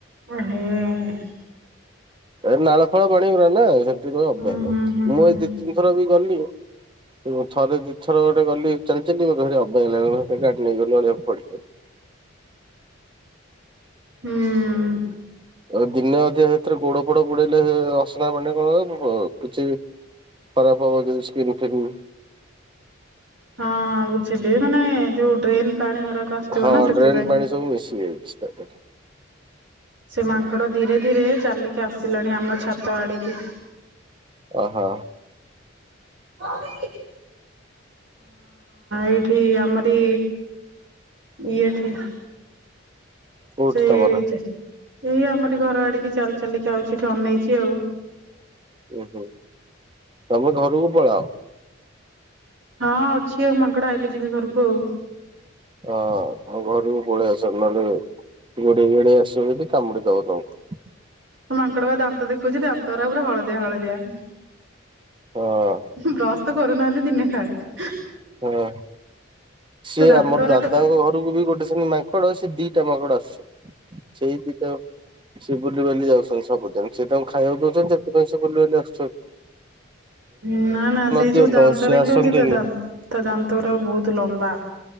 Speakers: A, on the right; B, on the right.
A: ଓଁ ହେଁ!
B: ଏ ନାଳ ଫାଳ ପାଣିି ଗୁରା ନା ସେଥିପାଇଁ ଅବାଗ୍ୟା
A: ହୁଁ
B: ଲାଗୁଛି।
A: ହୁଁ ହୁଁ
B: ମୁଁ
A: ହୁଁ
B: ଏଇ ଦି ତିନ ଥର ବି ଗଲିଣି। ମୁଁ ଥରେ ଦି ଥର ଗୋଟେ ଗଲି ଚାଲି ଚାଲି ମତେ ଭାରି ଅବାଗିଆ ଲାଗିଲା ମୁଁ ଫେରେ ଗାଡି ନେଇ ଗଲି ଅଳିଆକୁ ଫୋପାଡ଼ିକି ଆଇଲି।
A: ହୁଁ।
B: ଆଉ ଦିନେ ଅଧିଆ ହେଥିରେ ଗୋଡ ଫୋଡ ବୁଡେଇଲେ ଅସ୍ନା ପାଣିରେ କଣ ହବ ପୁଣି ଅ ପଛେ ଖରାପ ହବ ଯଦି ସ୍କିନ୍ ଫିନ୍
A: ହଁ ହଁ ବୁଝିଲି ମାନେ ଯୋଉ ଡ୍ରେନ୍ ପାଣି ଅରାକ ଆସୁଥିବ
B: ହଁ
A: ନା ସେଥିପାଇଁ।
B: ଡ୍ରେନ୍ ପାଣି ସବୁ ମିଶିଯାଇଛି ତା ଧୀଏରେ।
A: ସେ ମାଙ୍କଡ଼ ଧୀରେ ଧୀରେ ଚାଲିକି ଆସିଲାଣି ଆମ ଛାତ ଆଡିକି।
B: ଅ ହ!
A: ହଁ ହଁ ଏଇଠି ଆମରି ଇଏଠି
B: କୋଉଠି
A: ସେ
B: ତମର?
A: ଯେ ଏଇ ଆମରି ଘର ଆଡିକି ଚାଲି ଚାଲିକି ଆଉଛି ଏଠି ଅନେଇଚି ଆଉ।
B: ଓ ହୋ! ତମେ ଘରୁକୁ ପଳାଅ।
A: ହଁ ଅଛି ଆଉ ମାଙ୍କଡ ଆଇଲେ ଯିବି ଘରୁକୁ ଆଉ।
B: ହଅଁ ଘରୁକୁ ପଳେଇ ଆସ ନହେଲେ ଗୋଡେଇ ଗାଡେଇ ଆସିବ ଯଦି କାମୁଡି ଦବ ତମୁକୁ।
A: ହନୁ ମାଙ୍କଡ ବା ଦାନ୍ତ ଦେଖଉଛି ଦାନ୍ତ ଗୁରା ପୁରା ହଳଦିଆ ହଳଦିଆ।
B: ହଁ
A: ହୁଁ ବ୍ରସ ତ କରୁନାହାଁନ୍ତି ଦିନେ କାଳେ।
B: ହଁ ସିଏ
A: ତା ଦାନ୍ତ
B: ଆମର
A: ଗୁରାକ
B: ଦାଦାଙ୍କ ଘରୁକୁ ବି ଗୋଟେ ସେମିତି ମା ଙ୍କଡ ସେ ଦିଟା ମାଙ୍କଡ ଆସେ। ସେଇ ଦିଟା ସିଏ ବୁଲିିବାଲି ଯାଉଚନ୍ତି ସବୁଦିନ। ସିଏ ତାଙ୍କୁ ଖାଇଆକୁ ଦଉଚନ୍ତି ସେଥିପାଇଁ ସିଏ ବୁଲି ବାଲି ଆସୁଚନ୍ତି।
A: ହୁଁ ନା ନା ସେ
B: ଦିଅନ୍ତ
A: ଯୋଉ ଦାନ୍ତ
B: ସିଏ
A: ଦେଖଉଚି
B: ଆସନ୍ତିନି।
A: ତା ଦାନ୍ତ ତା ଦାନ୍ତ ଗୁରାକ ବହୁତ ଲମ୍ବା